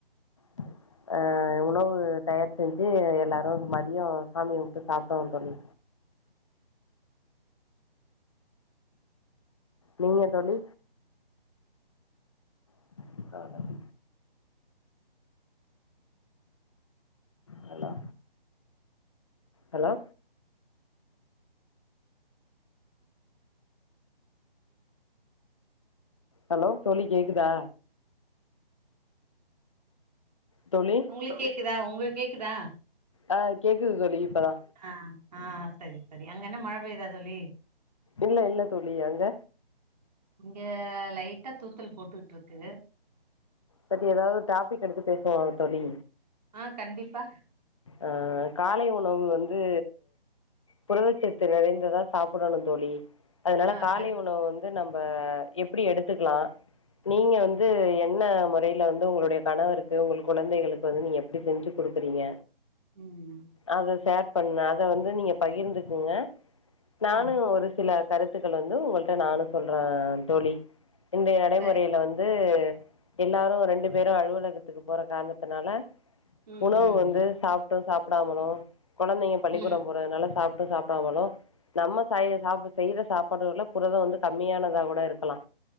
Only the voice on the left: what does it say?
<unintelligible> அ உணவு தயார் செஞ்சு எல்லாரு மதியோ சாமி கும்பிட்டு சாப்ட்டோ தோழி நீங்க தோழி <unintelligible> ஹலோ ஹலோ ஹலோ தோழி கேக்குதா தோழி
ஆ கேக்குது தோழி இப்பதா
இல்ல இல்ல தோழி அங்க
பத்தி எதாவுது டாப்பிக் எடுத்து பேசுவோ தோழி
ஆ காலை உணவு வந்து புரதச்சத்து நிறைந்ததா சாப்பிடணு தோழி அதனால
காலை
உணவு வந்து வந்து நம்ம எப்டி எடுத்துக்குலா நீங்க வந்து என்ன முறையில வந்து உங்களுடைய கணவருக்கு உங்க குழந்தைகளுக்கு வந்து நீங்க எப் எப்டி செஞ்சு குடுக்குறீங்க
அத ஷேர் பண்ணா அத வந்து நீங்க பகிர்ந்துக்குங்க நானு
ஒரு சில கருத் த்துக்கள் வந்து உங்களிட்ட நானு சொல்றே தோழி இன்றைய நடைமுறையில
வந்து எல்லாரு ரெண்டு பேரு அலுவலகத்துக்கு போற காரணத்தினால
உணவு
வந்து
சாப்பிட்டு சாப்பிடாமலு கொழந்தைங்க பள்ளிக்கூடோ
போறதுனால சாப்ட்டு சாப்பிடாமலு நம்ம சாய செய்யற சாப்பாடுல புரதோ வந்து கம்மியானதா கூட இருக்கலா